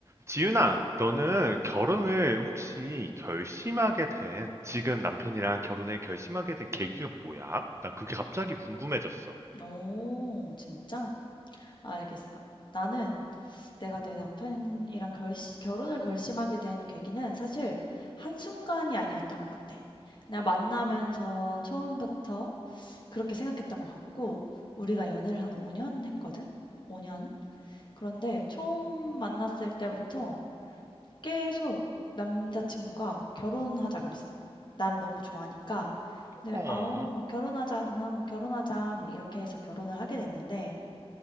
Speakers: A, on the right; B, on the left.
A: 지윤아, 너는 결혼을 혹시 결심하게 된, 지금 남편이랑 결혼을 결심하게 된 계기가 뭐야? 나 그게 갑자기 궁금해졌어.
B: 오 진짜? 알겠어. 나는 내가 내 남편이랑 결시, 결혼을 결심하게 된 계기는 사실 한순간이 아니었던 것 같아. 그냥 만나면서 처음부터 그렇게 생각했던 것 같고, 우리가 연애를 한 5년 했거든? 5년? 그런데 처음 만났을 때부터 계속 남자친구가 결혼하자 그랬어. 나를 너무 좋아하니까 늘
A: 어.
B: 아우 뭐 결혼하자 누나 뭐 결혼하자 뭐 이렇게 해서 결혼을 하게 됐는데